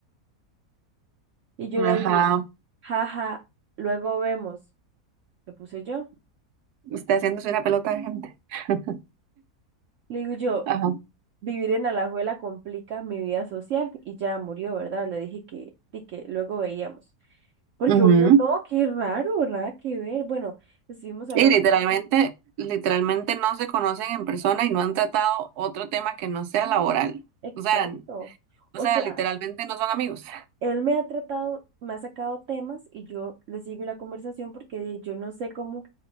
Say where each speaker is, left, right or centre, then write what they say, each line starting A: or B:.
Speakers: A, on the right; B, on the right.
A: Y yo
B: Ajá,
A: le dije, jaja, luego vemos, le puse yo.
B: usted haciéndose una pelota de gente. <laughs>
A: Le digo yo,
B: Ajá.
A: Vivir en Alajuela complica mi vida social y ya murió, ¿verdad? Le dije que, y que luego veíamos. Porque
B: ujú.
A: obvio no, qué raro, nada que ver. Bueno, estuvimos hablando
B: Y literalmente,
A: un poco.
B: literalmente no se conocen en persona y no han tratado otro tema que no sea laboral.
A: Exacto.
B: O sea, o
A: O
B: sea,
A: sea,
B: literalmente no son amigos.
A: él me ha tratado, me ha sacado temas y yo le sigo la conversación porque de- yo no sé cómo